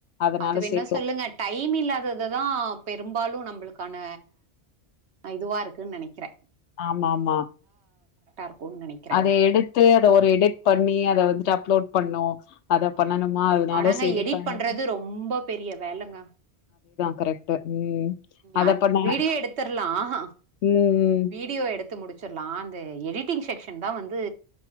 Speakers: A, on the left (about 85°); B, on the right (about 75°).
A: அதனால
B: அது வேணா
A: சேரி
B: சொல்லுங்க டைம் இல்லாததுதா பெரும்பாலு நம்புளுக்கான இதுவா இருக்குன் நெனைக்கிற
A: ஆமாமா
B: இருக்கும்னு நெனைக்கிறேன்.
A: அத எடுத்து அத ஒரு எடிட் பண்ணி அத வந்துட்டு அப்லோட் பண்ணு அத பண்ணணுமா அதனால
B: ஆனாங்க
A: சேரி
B: எடிட்
A: டைம்
B: பண்றது ரொம்ப பெரிய வேலங்க
A: கரெக்ட்டு ம் அத
B: அ
A: பண்ணங்க
B: வீடியோ எடுத்துர்லாம்.
A: ம் ம்
B: வீடியோ எடுத்து முடிச்சர்லா அந்த எடிட்டிங் செக்க்ஷன்தா வந்து